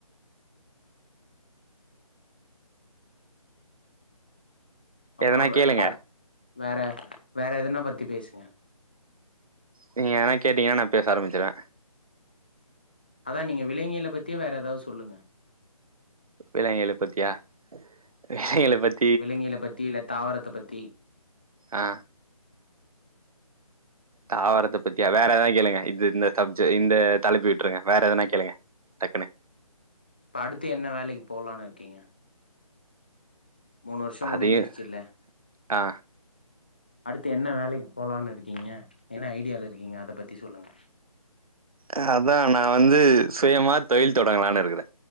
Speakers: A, on the left; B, on the right.
A: அப்புறொ
B: எதனா
A: வே
B: கேளுங்க.
A: வே வேற வேற எதனா பத்தி பேசுங்க
B: நீங்க ஏதன கேட்டீங்கன்னா நா பேச ஆரம்பிச்சுறுவே
A: அதா நீங்க விலங்கியல பத்தி வேற எதாவ்து சொல்லுங்க
B: விலங்கியல பத்தியா விலங்குகள பத்
A: விலங்கியல பத்தி இல்ல தாவரத்த பத்தி
B: ஆ தாவரத்த பத்தியா வேற எதா கேளுங்க இது இந்த சப்ஜெ இந்த தலைப்ப விட்ருங்க வேற எதனா கேளுங்க டக்குனு
A: இப்ப அடுத்து என்ன வேலைக்கி போலான்னு இருக்கீங்க மூணு வருஷோ முடிஞ்சிடுச்சில்லா
B: அதையும் ஆ
A: அடுத்து என்ன வேலைக்கி போலான்னு இருக்கீங்க என்ன ஐடியாவுல இருக்கீங்க அத பத்தி சொல்லுங்க
B: அ அதா நா வந்து சுயமா தொழில் தொடங்கலான்னு இருக்கறோ